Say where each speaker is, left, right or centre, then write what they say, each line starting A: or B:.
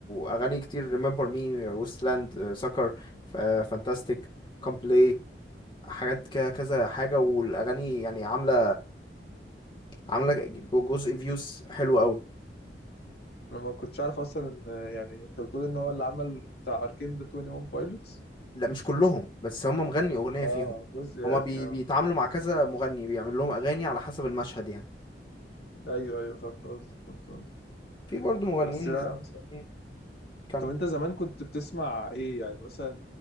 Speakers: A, on the left; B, on the left.
A: اغاني كتير ريمبر مي ويست لاند سكر فانتاستيك كام بلاي حاجات ك- كذا حاجه والاغاني يعني عامله عامله ج- جزء فيوز حلو قوي
B: انا ما كنتش عارف اصلا ان آه، يعني انت بتقول ان هو اللي عمل بتاع اركين ده 21 بايلوتس
A: لا مش كلهم بس هم مغني اغنيه
B: اه
A: فيهم
B: جزء يعني
A: هما بي...
B: اه
A: بيتعاملوا مع كذا مغني بيعمل لهم اغاني على حسب المشهد يعني
B: ايوه ايوه فهمت قصدي فهمت قصدي
A: في برضو مغنيين
B: بس لا
A: ز... مم، كم
B: طب انت زمان كنت بتسمع ايه يعني مثلا